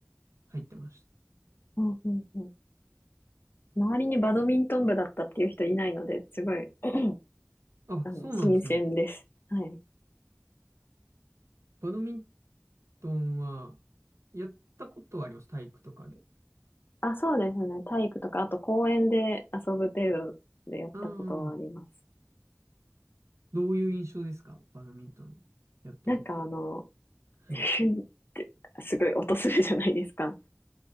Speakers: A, on the right; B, on the left.
A: 入ってました。
B: ほうんうんうん。周りにバドミントン部だったっていう人いないので、すごい、<clears throat>
A: あ、
B: あの、
A: そうなんですね。
B: 新鮮です。はい。
A: バドミントンは、やったことはあります。体育とかで。
B: あ、そうですね。体育とか、あと公園で遊ぶ程度でやったことはあります。
A: うん。どういう印象ですかバドミントンやってみて。
B: なんかあの、<laughs>
A: はい。
B: ヒュンってすごい音するじゃないですか。